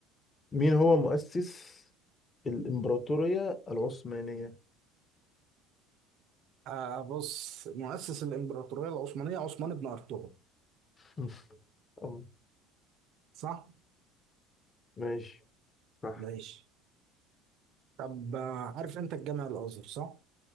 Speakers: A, on the left; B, on the right.
A: مين هو مؤسس الإمبراطورية العثمانية
B: آه بص مؤسس الامبراطوريه العثمانيه عثمان بن ارطغرل
A: <laughs> أم،
B: صح
A: ماشي صح
B: ماشي طب آه، عارف انت الجامع الازهر صح